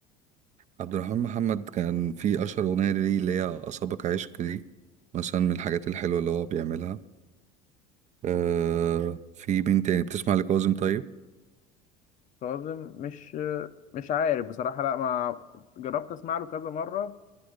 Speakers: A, on the right (about 45°); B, on the left (about 45°).
A: عبد الرحمن محمد كان في أشهر أغنية ليه اللي هي أصابك عشق دي مثلا من الحاجات الحلوة اللي هو بيعملها آه في مين تاني بتسمع لكاظم طيب
B: كاظم مش مش عارف بصراحه لا ما جربت اسمع له كذا مره